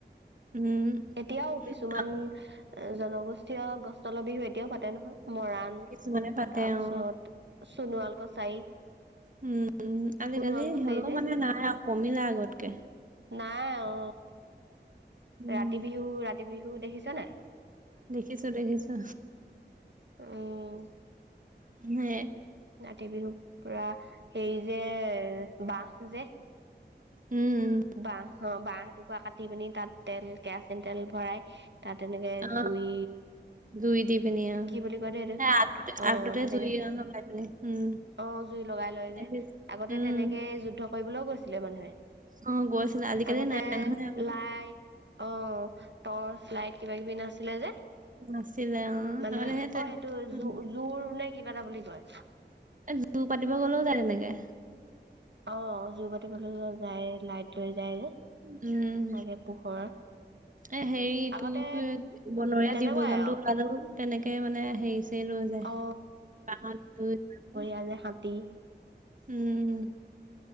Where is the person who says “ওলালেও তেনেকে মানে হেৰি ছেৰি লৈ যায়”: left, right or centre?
Right